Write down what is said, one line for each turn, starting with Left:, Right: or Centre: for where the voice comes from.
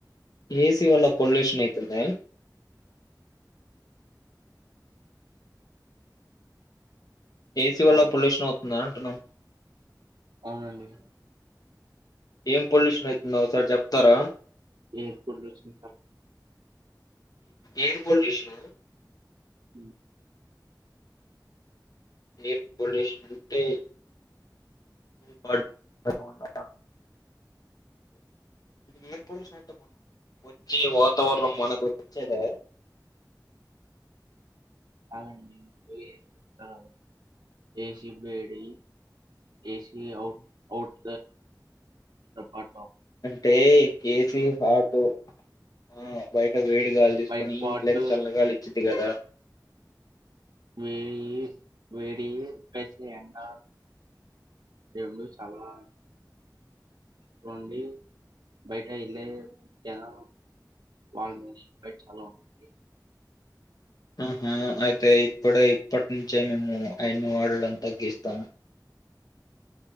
Left: ఏసీ వల్ల పొల్యూషన్ అయితుందా ఏసీ వల్ల
Right: అవునండి
Left: పొల్యూషన్ అవుతుందా అంటునం
Right: అవునండి
Left: ఏం పొల్యూషన్ అయితుందో ఒకసార్ చెప్తారా
Right: ఎయిర్ పొల్యూషన్ <inaudible>
Left: ఎయిర్ పొల్యూషనా
Right: మ్
Left: ఎయిర్ పొల్యూషన్ అంటే వాడకుండా ఉండాలా ఎయిర్ పొల్యూషన్ అం వచ్చి వాతావరణం మనకొచ్చేదే
Right: ఆ ఏ నా ఏసి వేడి ఏసీ అవుట్ అవుట్ కంపర్ట్
Left: అంటే ఏసీ ఆటో ఆ బయట వేడిగాలి తీసుకొని
Right: బయట పార్ట్
Left: ఇంట్లోకి చల్లనగాలి ఇచ్చిది కదా
Right: వేయి వేడియి ఏసీ అంట ఏన్డ్లు చాలా కోండి బయట ఇళ జనా వాలా మైన చాలా ఉన్నటుంది
Left: ఆహా అయితే ఇప్పుడే ఇప్పటి నుంచే మేము అయన్ని వాడడం తగ్గిస్తాము